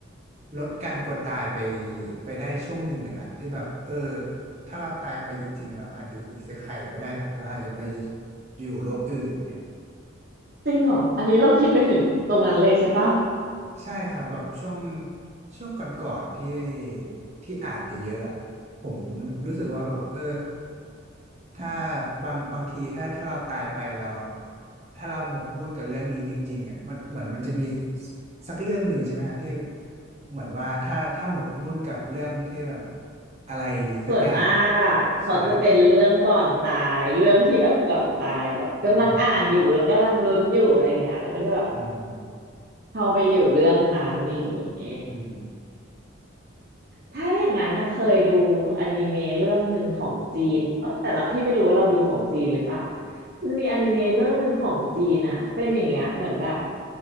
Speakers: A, on the right; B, on the right.
A: ลดการกลัวตายไปไปได้ช่วงหนึ่งเลยนะที่แบบเออถ้าเราตายไปจริงๆเราอาจจะอีเซไคก็ได้นะเราอาจจะไปอยู่โลกอื่นเงี้ย
B: จริงเหรออันนี้เราคิดไปถึงตรงนั้นเลยใช่ปะ
A: ใช่ครับแบบช่วงช่วงก่อนๆที่ที่อ่านเยอะๆอะผมรู้สึกว่าแบบเออถ้าบางบางทีถ้าถ้าเราตายไปเราถ้าเราหมกมุ่นกับเรื่องนี้จริงๆอ่ะมันเหมือนมันจะมีสักเรื่องหนึ่งใช่ไหมฮะที่เหมือนว่าถ้าถ้าหมกมุ่นกับเรื่องที่แบบอะไรสักอย่าง
B: ส่วนมากอ่ะเขาจะเป็นเรื่องก่อนตายเรื่องที่แบบก่อนตายแบบกำลังอ่านอยู่แล้วกำลังลุ้นอยู่อะไรเงี้ยแล้วก็จะแบบ
A: ใช่อืมอืม
B: เข้าไปอยู่เรื่องนั้นนี่างงี้
A: อืม
B: ถ้าอย่างนั้นอะเคยดูอนิเมะเรื่องหนึ่งของจีนอ๋อแต่เราพี่ไม่รู้ว่าเราดูของจีนหรือเปล่ามันมีอนิเมะเรื่องหนึ่งของจีนอะเป็นอย่างเงี้ยเหมือนแบบ